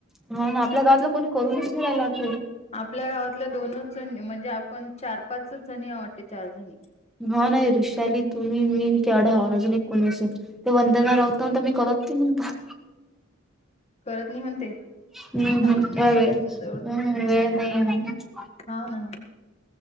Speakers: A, in the centre; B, on the left.
A: म्हणून आपल्या गावातला कोणी करूनच मिळाला तून.
B: आपल्या गावातल्या दोनच जणी म्हणजे आपण चार पाचच जणी या वाटते चार जणी.
A: हाव नाही ऋषाली तुम्ही मी ते आढावाण अजून एक कोणी असेल. ते वंदना रावत का म्हणता मी करत नाही म्हणता.
B: करत नाही म्हणते,
A: हम्म
B: टाईम
A: हम्म
B: नसेल
A: वेळ
B: तिच्या जवळ.
A: वेळ नाहीये म्हणे
B: हा हा.